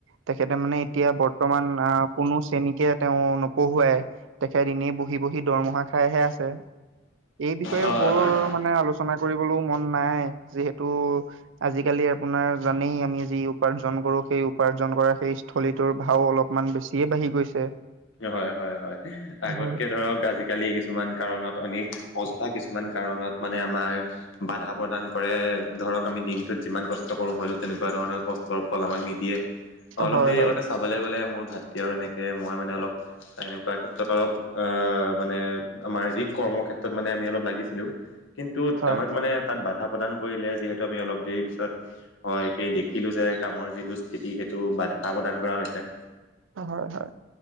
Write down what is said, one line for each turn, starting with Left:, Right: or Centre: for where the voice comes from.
Right: তেখেতে মানে এতিয়া বৰ্তমান আহ কোনো শ্ৰেণীকে তেওঁ নপঢ়ুৱাই। তেখেত এনেই বহি-বহি দৰমহা খাইহে আছে। এই বিষয়েও
Left: হয়
Right: বৰ
Left: হয়
Right: মানে আলোচনা কৰিবলৈও মন নাই, যিহেতু আজিকালি আপোনাৰ জানেই আমি যি উপাৰ্জন কৰোঁ, সেই উপাৰ্জন কৰা সেই থলীটোৰ ভাও অলপমান বেছিয়ে বাঢ়ি গৈছে।
Left: হয়, হয়, হয় আগতকে
Right: হয়
Left: ধৰক আজি আজিকালি কিছুমান কাৰণত এনে অযথা কিছুমান কাৰণত মানে আমাৰ বাধা প্ৰদান কৰে, ধৰক আমি দিনটোত যিমান কষ্ট কৰোঁ, হয়তো তেনেকুৱা ধৰণৰ কষ্টৰ ফল আমাক নিদিয়ে। অলপ
Right: হয়
Left: দেৰি
Right: হয়
Left: আগতে চাবলে গ'লে মোৰ ভাতৃ আৰু এনেকে মই মানে অলপ, এনেকুৱা ক্ষেত্ৰত অলপ আহ মানে আমাৰ যি কৰ্মৰ ক্ষেত্ৰত মানে আমি অলপ লাগিছিলোঁ কিন্তু
Right: হয়
Left: আমাক মানে তাত বাধা প্ৰদান কৰিলে, যিহেতু আমি অলপ দেৰি পিছত হয়, সেই দেখিলোঁ যে কামৰ যিটো স্থিতি সেইটো বাধা প্ৰদান কৰা হৈছে।
Right: হয়, হয়।